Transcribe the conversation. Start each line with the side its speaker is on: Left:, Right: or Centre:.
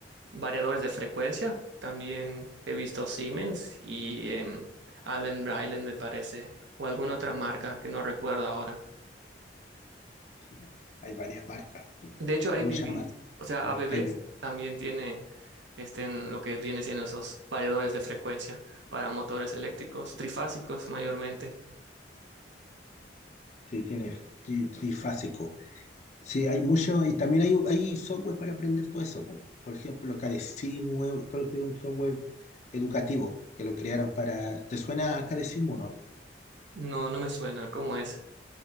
Right: variadores de frecuencia. También he visto Siemens y em, Allen Briley, me parece, o alguna otra
Left: bueno,
Right: marca que no recuerdo ahora.
Left: sí, hay varias marcas,
Right: De hecho, ABB,
Left: muchas marcas.
Right: o sea,
Left: ¿eh?
Right: ABB
Left: Hay,
Right: también tiene este, en lo que viene siendo esos variadores de frecuencia para motores eléctricos, trifásicos mayormente.
Left: sí, tiene tri- trifásico. Sí, hay mucho, y también hay, hay software para aprender todo eso. po. Por ejemplo, Cadecimu, eh, creo que es un software educativo que lo crearon para. ¿Te suena a Cadecimu, no?
Right: No, no me suena, ¿cómo es?